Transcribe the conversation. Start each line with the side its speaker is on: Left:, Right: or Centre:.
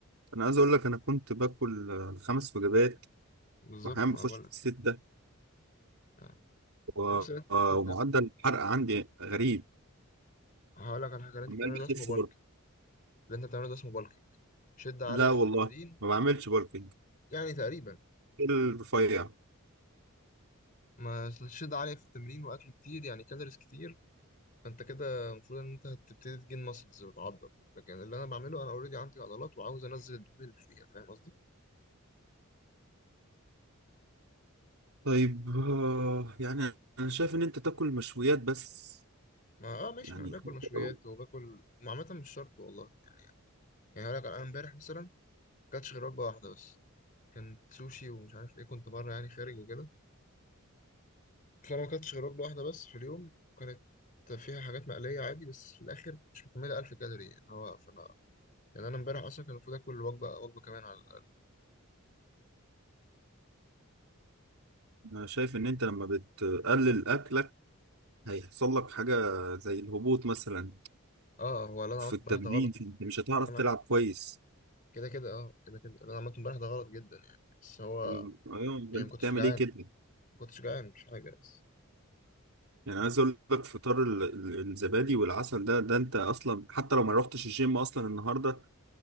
Right: انا عايز اقول لك انا كنت باكل آه، خمس وجبات
Left: بالظبط
Right: واحيانا
Left: ما
Right: بخش
Left: بقول
Right: في
Left: لك
Right: الستة
Left: آه.
Right: و...
Left: بص اللي
Right: آه،
Left: انت بتاع
Right: ومعدل الحرق عندي غريب
Left: هقول لك على حاجه اللي انت
Right: عمال
Left: بتعمله
Right: بخس
Left: ده اسمه بالك
Right: برضه
Left: اللي انت بتعمله ده اسمه بالكينج شده
Right: لا
Left: عاليه في
Right: والله
Left: التمرين
Right: ما بعملش بالكينج
Left: يعني تقريبا
Right: كل رفيع
Left: ما شده عاليه في التمرين واكل كتير يعني كالوريز كتير فانت كده المفروض ان انت هتبتدي تجين ماسلز وتعضل لكن اللي انا بعمله انا اوريدي عندي عضلات وعاوز انزل الدهون اللي فيها فاهم قصدي
Right: طيب آه، يعني انا شايف ان انت تاكل مشويات بس
Left: ما اه ماشي
Right: يعني
Left: ما انا
Right: حتى
Left: باكل مشويات
Right: لو
Left: وباكل وعامة مش شرط والله يعني يعني هقول لك انا امبارح مثلا كانتش غير وجبة واحدة بس كانت سوشي ومش عارف ايه كنت بره يعني خارج وكده فانا ما كانتش غير وجبة واحدة بس في اليوم وكانت فيها حاجات مقلية عادي بس في الاخر مش مكملة 1000 كالوري اللي هو فانا يعني انا امبارح اصلا كان المفروض اكل وجبة وجبة كمان على الاقل
Right: انا شايف ان انت لما بتقلل اكلك هيحصل لك حاجة زي الهبوط مثلا
Left: اه هو اللي انا
Right: في
Left: عملته
Right: التمرين
Left: امبارح ده غلط
Right: انت مش هتعرف
Left: اللي
Right: تلعب
Left: انا عملت
Right: كويس
Left: كده كده اه كده كده اللي انا عملته امبارح ده غلط جدا يعني بس هو
Right: طيب، ايوه يبقى
Left: يعني
Right: انت
Left: ما كنتش
Right: بتعمل
Left: جعان
Right: ايه كده
Left: ما كنتش جعان مش حاجة بس
Right: يعني عايز اقول لك فطار ال- ال- الزبادي والعسل ده ده انت اصلا حتى لو ما رحتش الجيم اصلا النهارده